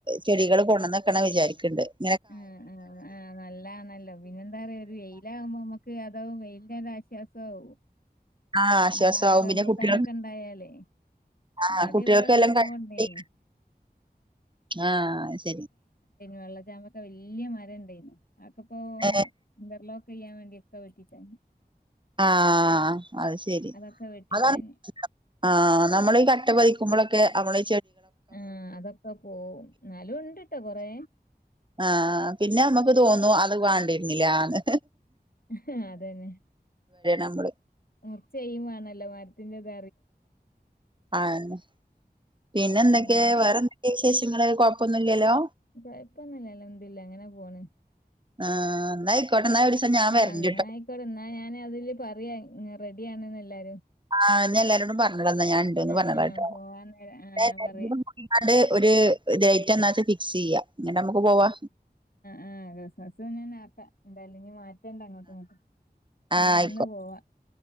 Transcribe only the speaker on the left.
ആ ആ ആ നല്ലണല്ലോ പിന്നെ എന്താ പറയാ ഒരു വെയില ആകുമ്പോ നമ്മക്ക് തവും വെയിനൊരു ആശ്വാസംവും
നമ്മള ആറമ്പൂട്ടാനൊക്കെ
ഇണ്ടായാല്
ആദ്യ
ഇവിടെ എന്തക്കെ
ഇണ്ടയിന്
വെള്ളച്ചാമ്പക്ക വലിയ മരം ഇണ്ടായിന് ആക്കെപ്പോ
ഇന്റർ ലോക് ക്ക് ചെയ്യാൻ വേണ്ടി ഒക്കെ വെട്ടി കയ്യിന്നു
അതൊക്കെ വെട്ടിട്ടാഞ്ഞ്
ആ അതൊക്കെ പോവും എന്നാലും ഇണ്ട്ട്ടോ കൊറേ
ഹ അതന്നെ
മുർച്ചെയ്യു വേണല്ലോ മരത്തിന്റെത
അങ്ങനെയൊക്കെ
കൊഴപ്പൊന്നുല്ല അൽഹംദുലില്ലാഹ് എങ്ങനെ പോണ്
ആ
എന്നാ ആയിക്കോട്ട എന്നാ ഞാൻ അതില് പറയാ റെഡിയ ആണെന്ന്ല്ലാരും
ആഹ്
ആഹ് പോവാൻ നേരം ആഹ് ഞാൻ
പറയാ
ആ ക്രിസ്മസ്ക്കാം എന്തായാലും മാറ്റ റ്റണ്ട അങ്ങോട്ടും ഇങ്ങോട്ട്
അന്ന് പോവാ